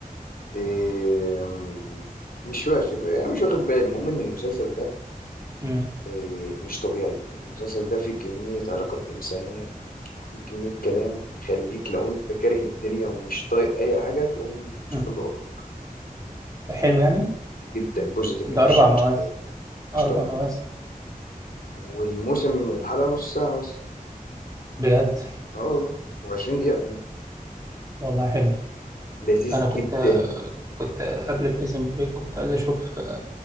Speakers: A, on the left (about 75°); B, on the right (about 20°).
A: إيه... م- مش واخد يعني مش واخد بالي المهم ان المسلسل ده
B: مم.
A: إيه... مش طبيعي المسلسل ده فيه كمية علاقات إنسانية وفيه كمية كلام يخليك لو انت كاره الدنيا ومش طايق اي حاجة تقوم تشوف
B: مم.
A: اللي وراك
B: حلو يعني
A: جدا بوزيتيف
B: ده
A: انرجي
B: اربع مواسم
A: مش طبيعي
B: أربع
A: مش طبيعي
B: مواسم
A: والموسم الحلقة نص ساعة بس
B: بجد
A: اه والله و20 دقيقة كمان
B: والله حلو
A: لذيذ
B: أنا كنت
A: جدا
B: كنت قبل بريزن بريك كنت عايز أشوف